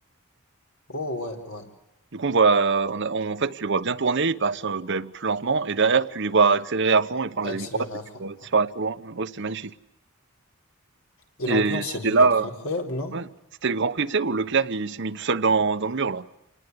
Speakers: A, on the left; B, on the right.
A: Oh ouais, ouais.
B: Du coup, on voit, on a- on- en fait, tu les vois bien tourner, ils passent euh, ben, plus lentement, et derrière, tu les vois accélérer à fond et prendre
A: Accéléré
B: la ligne droite et
A: à fond.
B: tu vois disparaître
A: ouais.
B: trop loin. Ouais, c'était magnifique.
A: Et
B: Et
A: l'ambiance,
B: c'était
A: ça devait
B: là,
A: être incroyable,
B: euh,
A: non?
B: ouais, c'était le Grand Prix, tu sais, où Leclerc, il s'est mis tout seul dans, dans le mur, là.